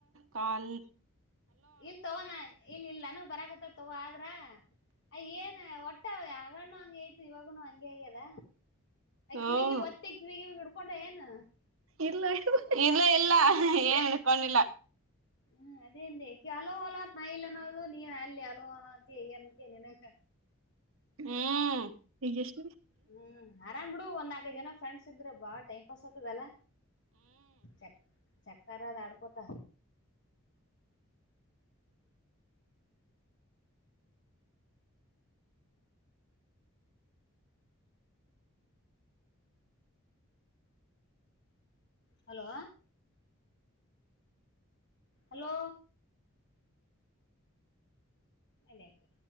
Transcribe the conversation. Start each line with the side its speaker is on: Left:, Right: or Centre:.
Right: ಕನ್
Left: ಇಲ್ ತಗೋಣ ಇಲ್ ಇಲ್ಲಾನ ಬರಕತ್ತ ತಗೋ ಆದ್ರ ಅಯ ಏನ್ ಒಟ್ಟ ಯ ಹ ಹಂಗ ಆಯ್ತು ಇವಾಗನು ಹಂಗೆ ಆಗ್ಯದ
Right: ಹ್ಮ್
Left: ಕಿವಿಗೆ ಒತ್ತೆ ಕಿವಿಗೆ ಕೊಂಡ ಏನು
Right: ಇಲ್ಲ ಇ ಇಲ್ಲ ಇಲ್ಲ ಏನ್ ಇ ಕೊಂಡಿಲ್ಲ
Left: ಹ್ಮ್ ಅದೇಂದ ಹಲೋಲತ್ ನಾ ಇಲ್ಲ ಅನ್ನೋದು ನೀ ಅಲ್ಲಿ ಹಲೋಲ ಎಂತ ನಿನಗ
Right: ಹಾ ಹಗಷ್ಟ
Left: ಹ್ಮ್ ಆರಾಮ ಬಿಡು ಒ ನಾಲ್ಕೈದು ದಿನ ಟೈಂ ಇದ್ರ ಬಾ ಟೈಂ ಪಾಸ್ ಆತದಲ್ಲ ಸರಿ ಚಕ್ಕರ ಅದ ಆಡ್ಕೋತ ಹಲೋ ಹಲೋ ಅಲ್ಲಕೆ